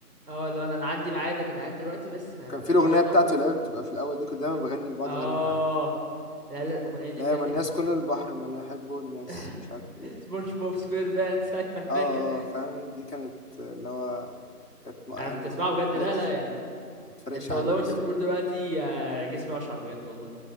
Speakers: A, on the right; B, on the left.
A: اه لو انا أنا عندي ميعاد يا جدعان دلوقتي بس ما,
B: وكان في
A: ما
B: الأغنية
A: ينفعش اتاخر
B: بتاعته اللي هي بتبقى في الأول دي كنت دايما بغني بقعد
A: اه
B: أغني معاه
A: لا لا الاغنيه دي
B: لا
A: بجد
B: يا من الناس
A: كانت
B: كل البحر من يحبه الناس
A: <laughs>
B: مش عارف إيه
A: سبونج بوب سكوير بانس ايوه <laughs> انا
B: آه
A: فاكر
B: آه آه، فاهم دي كانت اللي هو كانت ما-
A: انا
B: يعني
A: كنت
B: ما
A: اسمعها بجد
B: بتفرقش
A: لا لا يعني
B: ما بتفرقش
A: انت والله
B: عالي
A: وانت
B: أصلا
A: بتقول دلوقتي آه، جسمي اشعر بجد والله